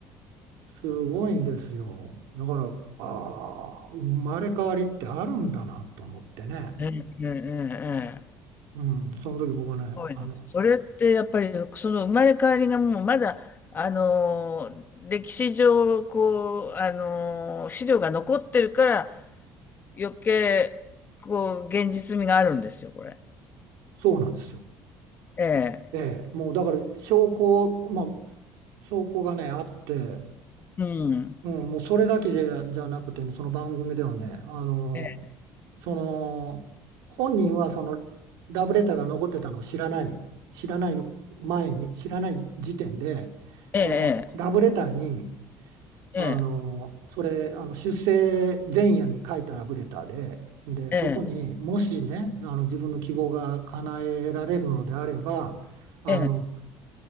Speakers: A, on the right (about 85°); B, on the left (about 30°).
A: すごいんですよ。だから、ああ、生まれ変わりってあるんだなと思ってね、
B: ええええええええ
A: うん、その時僕はね、
B: すごいな。
A: あの、
B: それってやっぱり、その生まれ変わりがもうまだ、あの、歴史上、こう、あの、資料が残ってるから、余計、こう、現実味があるんですよ、これ。
A: そうなんですよ。
B: ええ。
A: ええ、もうだから証拠、まあ、証拠がね、あって、
B: うん。
A: うん、もうそれだけじゃ、じゃなくてね、その番組ではね、あの、
B: え
A: その、本人はそのラブレターが残ってたのを知らない、知らない前に、知らない時点で、
B: え
A: そのラブレターに、
B: え
A: あの、それ、あの出生前夜に書いたラブレターで、で、
B: え
A: そこにもしね、あの自分の希望が叶えられるのであれば、あの
B: ええ